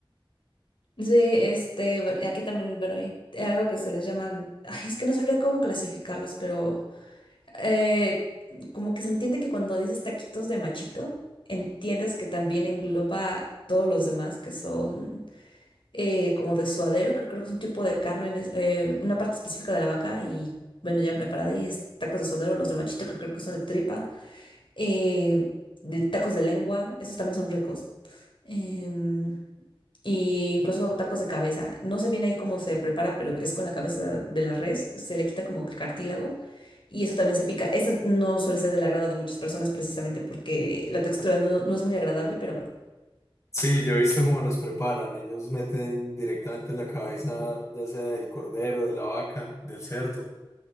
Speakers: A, on the left; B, on the left.
A: Sí, este, bu- aquí también, bueno, hay algo que se les llaman, ay, es que no sabría cómo clasificarlos, pero eh, como que se entiende que cuando dices taquitos de machito, entiendes que también engloba todos los demás que son eh, como de suadero, que creo que es un tipo de carne, en es- eh, una parte específica de la vaca y bueno, ya preparada y es tacos de suadero, los de machito que creo que son de tripa, eh, de tacos de lengua, esos también son ricos. Em, y incluso tacos de cabeza. No sé bien ahí cómo se prepara, pero es con la cabeza de la res, se le quita como que el cartílago. Y eso también se pica. Eso no suele ser del agrado de muchas personas precisamente porque la textura no, no es muy agradable, pero bueno.
B: Sí, yo he visto cómo los preparan. Ellos meten directamente la cabeza, ya sea del cordero, de la vaca, del cerdo,